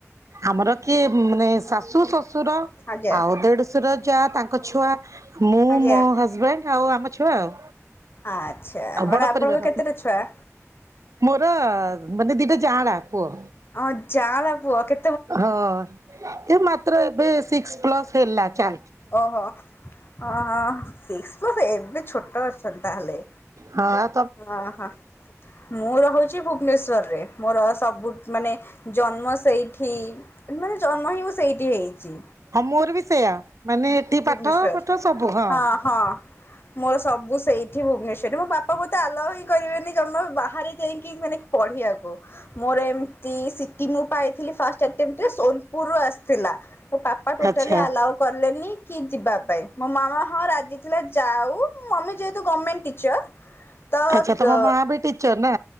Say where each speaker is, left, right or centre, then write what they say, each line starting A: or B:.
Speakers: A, on the right (about 70°); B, on the left (about 45°).
A: ଆମର କିଏ ମାନେ ଶାଶୁ ଶଶୁର
B: ଆଜ୍ଞା
A: ଆଉ ଦେଢଶୁର ଯା ତାଙ୍କ ଛୁଆ ମୁଁ
B: ଆଜ୍ଞା
A: ମୋ ହଜବେଣ୍ଡ୍ ଆଉ ଆମ ଛୁଆ ଆଉ।
B: ଆଚ୍ଛା
A: ଆଉ ବଡ
B: ମାନେ ଆପଣଙ୍କ
A: ପରିବାର।
B: କେତେଟା ଛୁଆ?
A: ମୋର ମାନେ ଦିଟା ଜାଁଳା ପୁଅ।
B: ଅଁ ଜାଁଳା ପୁଅ କେ
A: ହ ଏ ମାତ୍ର ଏବେ ସିକ୍ସ୍ ପ୍ଲସ୍ ହେଲା ଚା
B: ଓହୋ ଓହୋ ସି‌କ୍ସି ପ୍ଲସ୍ ଏବେ ଛୋଟ ଅଛନ୍ତି ତାହେଲେ?
A: ହଁ ଆ
B: ହଁ - ହଁ। ମୁଁ ରହୁଛି ଭୁବନେଶ୍ଵରରେ ମୋର ସବୁ ମାନେ ଜନ୍ମ ସେଇଠି। ମାନେ ଜନ୍ମ ହିଁ ମୁଁ ସେଇଠି ହେଇଚି।
A: ହଁ ମୋର ବି ସେୟା ମାନେ ଏଠି
B: ଭୁବନେଶ୍ଵର
A: ପାଠ ଫାଠ ସବୁ ହଁ।
B: ହଁ ମୋର ସବୁ ସେଇଠି ଭୁବନେଶ୍ୱର୍ ରେ ମୋ ବାପା ମତେ ଆଲାଓ ହିଁ କରିବେନି କାରନ ବା ହାରେ ଯାଇକି ମାନେ ପଢିବାକୁ ମୋର ଏମତି ସି କି ମୁଁ ପାଇଥିଲି ଫାଷ୍ଟ୍ ଟେ ଅଟେମ୍ପ୍ ରେ ସୋନପୁର୍ ରୁୁ ଆସ୍ ଥିଲା ମୋ ପାପା ଟୋଟାଲି
A: ଆଚ୍ଛା।
B: ଆଲାଓ କଲେନି କି ଯିବା ପାଇଁ ମୋ ମାମା ହଁ ରାଜି ଥିଲା ଯାଉ ମମି ଯେହେତୁ ଗର୍ମେଣ୍ଟ୍ ଟିଚର୍। ତ
A: ଆଚ୍ଛା ତମ
B: ଦୋ
A: ମା ବି ଟିଚର ନା